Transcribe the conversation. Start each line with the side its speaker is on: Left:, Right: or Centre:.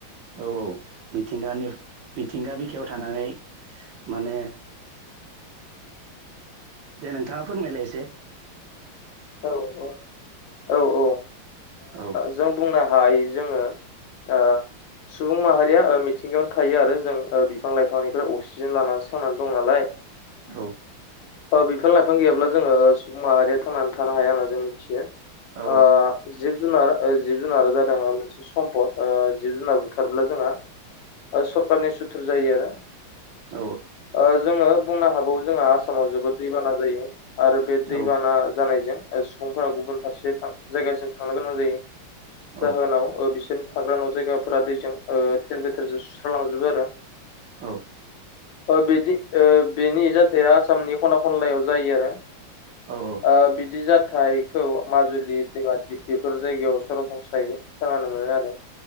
Right: औ औ मिथिंगानि मिथिंगा बिखायाव थानानै माने दे नोंथाङा फोरमायलाय एसे
Left: औ औ औ ओ
Right: औ
Left: जों बुंनो हायो जोङो ओ सुबुं माहारिया ओ मिथिंगायावनो थायो आरो जों बिफां लाइफांनिफ्राय अक्सिजेन लानानैसो थांनानै दं नालाय
Right: औ
Left: बिफां-लाइफां गैयाब्ला जोङो सुबुं माहारिया थांनानै थानो हाया होनना जों मिथियो
Right: औ
Left: आ जिब जुनार जिब-जुनारा जादों मोनसे समपद जिब-जुनार बुथारब्ला जोंहा सरखारारनि सुथुर जायो आरो
Right: औ
Left: ओ‌जोङो बुंनो हागौ जोंहा आसामाव जोबोद दैबाना जायो आरो बे दैबाना
Right: औ
Left: जानायजों सुबुंफोरा गुबुन फारसे जायगासिम थांनो गोनां जायो।
Right: औ
Left: जाहोनाव ओ बिसोरनि थाग्रा न' जायगाफोरा दैजों ओ थेर-बेथेरजों सुस्रा लांजोबो आरो।
Right: औ
Left: ओ बेनि ओ बेनि जाथाया आसामनि ख'ना ख'नलायाव जायो आरो।
Right: औ औ
Left: ओ बिदि जाथायखौ माजुलि दैमा दिप बेफोर जायगायाव सरासनस्रायै खोनानो मोनो आरो।